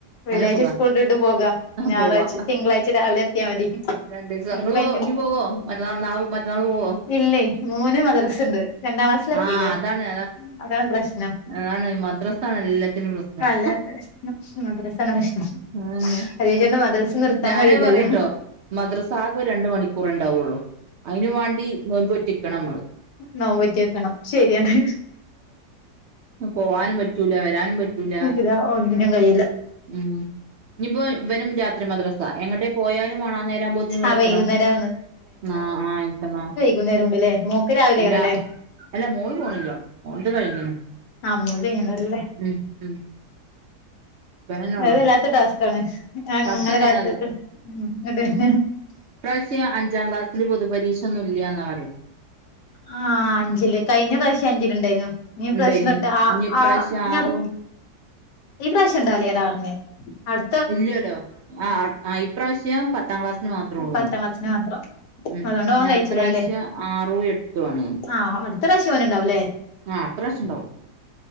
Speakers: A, on the left; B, on the right.
A: വെള്ളിയാഴ്ച
B: നല്ല സുഖാ
A: സ്കൂൾട്ട്ട്ട് പോകാ ഞായറാഴ്ച
B: പോവാ
A: തിങ്കളാഴ്ച രാവിലെ എത്തിയാ മതി
B: രണ്ടീസം ഇങ്ങള്
A: ഇപ്പ
B: പോ
A: ഇങ്ങനെ
B: ഇഞ്ഞ് പോവോ മറ്റന്നാൾ നാളെ മറ്റന്നാള് പോവോ
A: ഇല്ലേ മോന് മദ്രസയുണ്ട് രണ്ടാക്ലാസിൽ എത്തിലെ
B: ആഹ് അതാണ്
A: അതാണ് പ്രശ്നം
B: അതാണ് മദ്രസ ആണ് എല്ലാത്തിനും പ്രശ്നം
A: അല്ല മദ്രസാണ് പ്രശ്നം
B: ആ
A: അത് ചേച്ചി മദ്രസ നിർത്താൻ
B: ഞാനയ്
A: കഴിയൂലല്ലോ
B: പറിട്ടോ മദ്രസാ ആകെ രണ്ട് മണി ക്കൂറെണ്ടാവുള്ളൂ. അയ്നും വാണ്ടി നോൽമ്പോറ്റിക്കണമ്മള്
A: നോമ്പൊറ്റോക്കണം. ശരിയാണ്
B: പോവാനും പറ്റൂല വരാനും പറ്റൂല
A: ഇല്ല ഒന്നിനും കഴിയില്ല
B: ഉം ഇനിപ്പോ വനും രാ മദ്രസ എങ്ങട്ടേ പോയാലും വണം നേരാ വുമ്പോത്തി ഇങ്ങടെ
A: ആ
B: എത്തണം
A: വൈകുന്നേരം
B: ആഹ് ആഹ് എത്തണം
A: കുന്നേരം ഉണ്ടല്ലേ മോക്ക് രാവിലെറലെ
B: രാ അല്ല മോള് പോണില്ല മോൾത് കഴിഞ്ഞ
A: ആഹ് മൂലെ <unintelligible> നല്ലേ
B: ഉം ഉം ബനന്നെ ഉള്ളു
A: അത് വല്ലാത്ത ടാസ്കാണ് അങ്ങനെ
B: ടാസ്കന്നാണത്
A: കാത്തിരിക്കണം ഉം ഇങ്ങട്ട് തന്നെ
B: ഇപ്രാവശ്യം അഞ്ചാം ക്ലാസ്സിൽ പൊതു പരീക്ഷൊന്നും ഇല്ലയാന്നാ പറയുന്ന
A: ആഹ് അഞ്ചില് കഴിഞ്ഞ പ്രാവശ്യം അഞ്ചില്ണ്ടായിരുന്നു നീ
B: ഉണ്ടേനി
A: പ്രാവശ്യം തൊട്ട് ആ
B: ഇനി ഇപ്രാവശ്യം ആറും
A: ആടു ഈ പ്രവിശ്യം ഇണ്ടാവാലെ എടാ പർഞ്ഞെ. അട്
B: ഇല്ലല്ലോ ആ ഇപ്രാവശ്യം പത്താം ക്ലാസ്സിന് മാത്രേ ഒള്ളൂന്ന്
A: പത്താം ക്ലാസ്സിന് മാത്രം
B: ഉം
A: അതുകൊണ്ട് ഓൻ
B: ഇനടുത്ത
A: കഴിച്ചിലായില്ലേ
B: പ്രാവശ്യം ആറും എട്ടൂ ആണ്
A: ആഹ് അടുത്ത പ്രാശ്യം ഓന്ണ്ടാവുല്ലേ
B: ആ അത്രാശ്യംണ്ടാവും